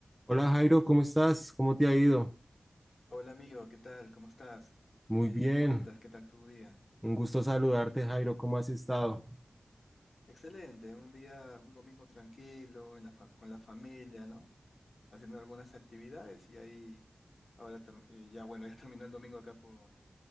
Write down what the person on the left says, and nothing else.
Hola amigo, ¿qué tal? ¿Cómo estás?
¿Qué,
qué cuentas? ¿Qué tal tu día?
Excelente, un día, un domingo tranquilo, en la fa- con la familia, ¿no? Haciendo algunas actividades y ahí, ahora ter- eh, ya bueno, <laughs> ya terminó el domingo acá por,